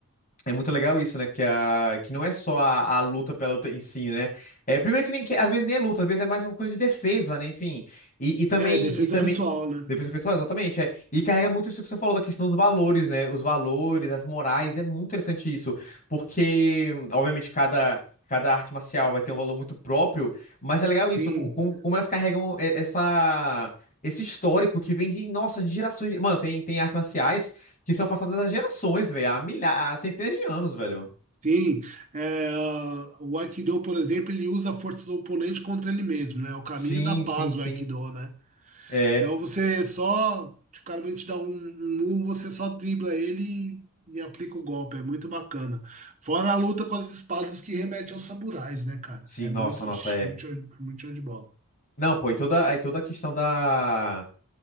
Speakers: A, on the left; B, on the right.
A: É muito legal isso, né? Que, a, que não é só a, a luta pela luta em si, né? É, primeiro que, nem, que às vezes nem é luta, às vezes é mais uma coisa de defesa, né? Enfim. E, e também.
B: É, defesa
A: E também...
B: pessoal, né?
A: Defesa pessoal, exatamente. É. E carrega muito isso que você falou da questão dos valores, né? Os valores, as morais. É muito interessante isso. Porque, obviamente, cada. Cada arte marcial vai ter um valor muito próprio, mas é legal
B: Sim,
A: isso, co- como, como elas carregam e- essa, esse histórico que vem de, nossa, de gerações. de- Mano, tem, tem artes marciais que são passadas há gerações, velho. Há milhares, há centenas de anos, velho.
B: sim. É, ah, o Aikido, por exemplo, ele usa a força do oponente contra ele mesmo, né? É o caminho
A: Sim,
B: da paz,
A: sim, sim.
B: o Aikido, né?
A: É.
B: Então você só. tipo, O cara vem te dar um, um murro, você só dribla ele e, e aplica o golpe. É muito bacana. Fora a luta com as espadas que remete aos samurais, né, cara?
A: Sim,
B: É
A: nossa,
B: muito,
A: nossa, é.
B: muito, show- muito show de bola.
A: Não, pô, e toda, aí toda a questão da.